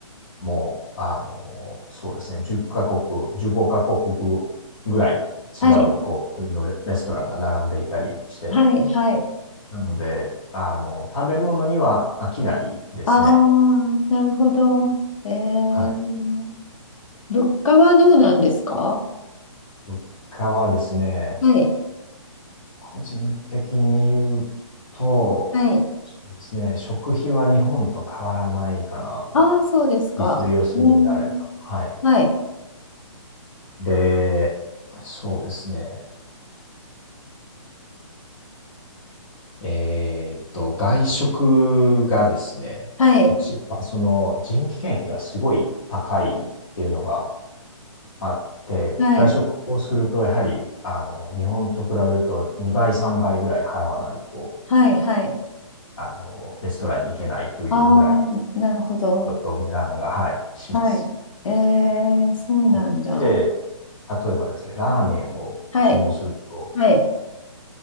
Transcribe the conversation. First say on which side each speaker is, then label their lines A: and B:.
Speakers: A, on the left; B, on the left.
A: もう、あの、そうですね、10カ国、15カ国ぐらい違う、
B: はい、
A: こう、国のレレストランが並んでいたりして、
B: はい、はい。
A: なので、あの、食べ物には飽きないですね。
B: ああ、なるほど。えー、
A: はい。
B: 物価はどうなんですか
A: 物価はですね、
B: はい、
A: 個人的に言うと、
B: はい、
A: そうですね、食費は日本と変わらないかなと、
B: ああー、そうですか。
A: 自炊をするんであれば。
B: うん。
A: はい。
B: はい、
A: で、そうですね。えーっと、外食がですね、
B: はい、
A: こちら、その人件費がすごい高いっていうのがあって、
B: はい、
A: 外食をすると、やはり、あの、日本と比べると2倍、3倍ぐらい払わないと、
B: はい、はい。
A: あの、レストランに行けないというぐらい、
B: ああ、なるほど。
A: ちょっと値段が、はい、します。
B: はい。えー、そうなんだ。
A: こっちで、例えばですけど、ラーメンを注文すると、
B: はい、はい。